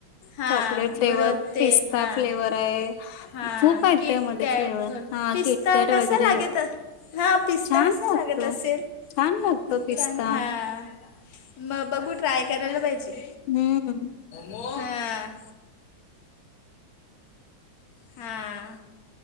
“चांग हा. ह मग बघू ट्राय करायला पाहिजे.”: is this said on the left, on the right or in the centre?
Left